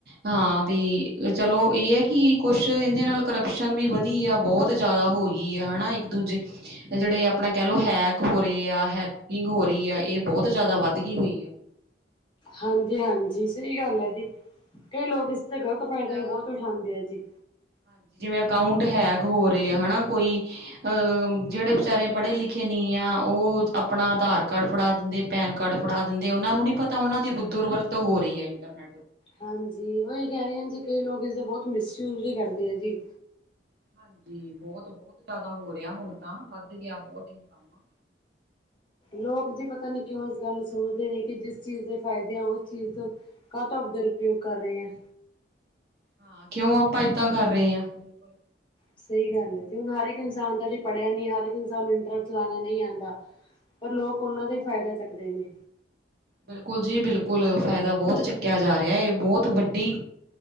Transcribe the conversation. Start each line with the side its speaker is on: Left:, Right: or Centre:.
Right: ਹਾਂ ਵੀ ਚਲੋ ਇਹ ਹੈ ਕਿ ਕੁਛ ਇਹਦੇ ਨਾਲ ਕਰਪਸ਼ਨ ਵੀ ਵਧੀ ਆ ਬਹੁਤ ਜ਼ਿਆਦਾ ਹੋ ਗਈ ਹੈ ਹਨਾ ਇੱਕ ਦੂਜੇ ਇਹ ਜਿਹੜੇ ਆਪਣਾ ਕਹਿ ਲੋ ਹੈਕ ਹੋ ਰਹੇ ਆ ਹੈਕਿੰਗ ਹੋ ਰਹੀ ਆ ਇਹ ਬਹੁਤ ਜਿਆਦਾ ਵੱਧ ਗਈ ਹੋਈ ਆ
Left: ਹਾਂਜੀ-ਹਾਂਜੀ, ਸਹੀ ਗੱਲ ਹੈ ਜੀ ਕਈ ਲੋਕ ਇਸ ਤੇ
Right: ਅਕਾਊਂਟ
Left: ਗ਼ਲਤ ਫਾਇਦਾ ਵੀ ਬਹੁਤ ਉਠਾਉਂਦੇ ਆ ਜੀ।
Right: ਹਾਂਜੀ, ਜਿਵੇਂ ਅਕਾਉਂਟ ਹੈਗ ਹੋ ਰਹੇ ਆ ਹਨਾ, ਕੋਈ ਅਹ ਜਿਹੜੇ ਵਿਚਾਰੇ ਪੜ੍ਹੇ ਲਿਖੇ ਨਹੀਂ, ਆ ਉਹ ਆਪਣਾ ਆਧਾਰ ਕਾਰਡ ਫੜਾ ਦਿੰਦੇ ਪੈਨ ਕੜ ਫੜਾ ਦਿੰਦੇ ਆ, ਉਹਨਾਂ ਨੂੰ ਨੀ ਪਤਾ ਉਹਨਾਂ ਦੀ ਦੁਰਵਰਤ ਹੋ ਰਹੀ ਹੈ, ਇੰਟਰਨੈਟ
Left: ਹਾਂਜੀ, ਉਹੀ ਕਹਿ ਰਹੀ ਆ ਜੀ ਕਈ ਲੋਕ ਇਸਦਾ ਬਹੁਤ ਮਿਸਯੂਜ ਵੀ ਕਰਦੇ ਆ ਜੀ।
Right: ਹਾਂਜੀ ਬਹੁਤ ਬਹੁਤ ਜ਼ਿਆਦਾ ਹੋ ਰਿਹਾ ਹੁਣ ਤਾਂ ਵੱਧ ਗਿਆ ਬਹੁਤ ਇਹ ਕੰਮ
Left: ਲੋਕ ਜੀ ਪਤਾ ਨਹੀਂ ਕਿਉਂ ਇਸ ਗੱਲ ਨੂੰ ਸਮਝਦੇ ਨੇ ਕਿ ਜਿਸ ਚੀਜ਼ ਦੇ ਫਾਇਦੇ ਆ ਉਸ ਚੀਜ਼ ਤੋਂ ਗਲਤ ਦਰ ਉਪਯੋਗ ਕਰ ਰਹੇ ਆਂ।
Right: ਹਾਂ ਕਿਉਂ ਆਪਾਂ ਏਦਾਂ ਕਰ ਰਹੇ ਹਾਂ। ਬਿਲਕੁਲ
Left: ਸਹੀ ਗੱਲ ਹੈ, ਤੇ ਹੁਣ ਹਰ ਇੱਕ ਇਨਸਾਨ ਦਾ ਜੇ ਪੜ੍ਹਿਆ ਨਹੀਂ ਹਰ ਇੱਕ ਇਨਸਾਨ ਇੰਟਰਸਟ ਚਲਾਉਣਾ ਨਹੀਂ ਆਉਂਦਾ। ਪਰ ਲੋਕ ਉਹਨਾਂ ਦਾ ਹੀ ਫਾਇਦਾ ਚੁੱਕਦੇ ਨੇ,
Right: ਬਿਲਕੁਲ ਜੀ ਬਿਲਕੁਲ ਫਾਇਦਾ ਬਹੁਤ ਚੱਕਿਆ ਜਾ ਰਿਹਾ, ਇਹ ਬਹੁਤ ਵੱਡੀ